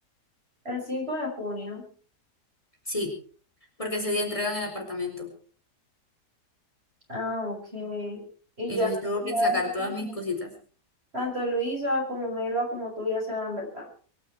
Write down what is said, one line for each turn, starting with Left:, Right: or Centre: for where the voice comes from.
Right: El 5 de junio.
Left: Sí, porque ese día entregan el apartamento.
Right: Ah, ok. Y
Left: Entonces
Right: ya,
Left: tengo
Right: ya
Left: que sacar
Right: no tanto
Left: todas mis cositas.
Right: tanto Luisa como Melba como tú ya se van, ¿verdad?